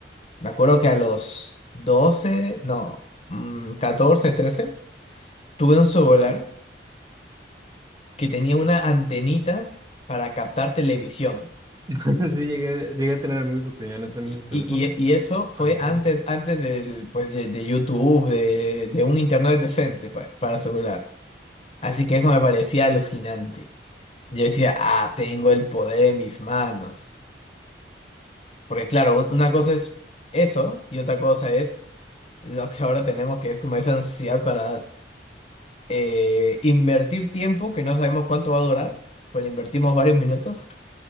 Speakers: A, on the left (about 35°); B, on the right (about 20°).
A: Me acuerdo que a los doce no, mm, 14, 13, tuve un celular que tenía una antenita para captar televisión.
B: <laughs> Sí, llegué, llegué a tener amigos que tenían ese mismo
A: Y,
B: teléfono.
A: y- y- y eso fue
B: Bueno,
A: antes, antes del, pues, de, de YouTube, de, de un internet decente pa- para celular. Así que eso me parecía alucinante. Yo decía, ah, tengo el poder en mis manos. Porque claro, una cosa es eso y otra cosa es lo que ahora tenemos, que es como esa necesidad para eh, invertir tiempo que no sabemos cuánto va a durar, pero invertimos varios minutos